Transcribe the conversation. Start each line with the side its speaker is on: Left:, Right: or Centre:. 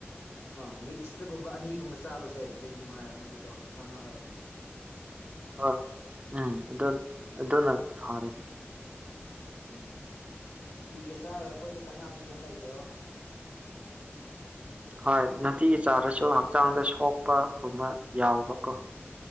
Left: ꯑ ꯋꯤꯛꯁꯇꯒꯨꯝꯕ ꯑꯅꯤꯒꯨꯝꯕ ꯆꯥꯕꯁꯦ ꯍꯦꯟꯅ ꯅꯨꯡꯉꯥꯏꯔꯕꯅꯦ ꯑꯗꯨꯗꯣ ꯀꯥꯟꯅꯔꯕꯅꯦ
Right: ꯍꯣꯏ ꯎꯝ ꯑꯗꯨ ꯑꯗꯨꯅ ꯐꯔꯦ
Left: ꯎꯝ ꯅꯨꯡꯇꯤꯒ ꯆꯥꯔꯒ ꯑꯩꯈꯣꯏꯗ ꯀꯥꯟꯅꯕꯁꯨ ꯀꯩꯝ ꯂꯩꯇꯦꯕ
Right: ꯍꯣꯏ ꯅꯨꯡꯇꯤꯒꯤ ꯆꯥꯔꯁꯨ ꯍꯛꯆꯥꯡꯗ ꯁꯣꯛꯄꯒꯨꯝꯕ ꯌꯥꯎꯕꯀꯣ
Left: ꯎꯝ